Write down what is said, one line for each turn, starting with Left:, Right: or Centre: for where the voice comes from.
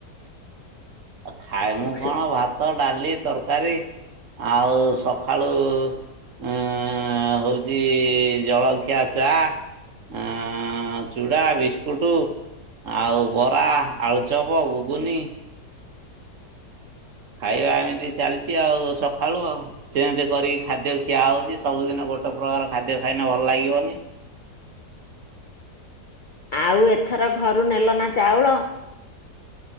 Right: ଆ ଖାଏ ମୁଁ କଣ
Left: ସେ
Right: ଭାତ ଡାଲି ତରକାରୀ ଆଉ ସଖାଳୁ ଅ ହଉଚି ଜଳଖିଆ ଚା ଆଁ ଚୁଡ଼ା ବିସ୍କୁଟ ଆଉ ବରା ଆଳୁଚପ ଘୁଗୁନି ଖାଇବା ଏମିତି ଚାଲିଛି ଆଉ ସଖାଳୁ ଆଉ ଚେଞ୍ଜ କରିକି ଖାଦ୍ୟ ଖିଆ ହଉଛି ସବୁଦିନ ଗୋଟେ ପ୍ରକାର ଖାଦ୍ୟ ଖାଇନେ ଭଲ ଲାଗିବନି।
Left: ଆଉ ଏଥର ଘରୁ ନେଲ ନା ଚାଉଳ।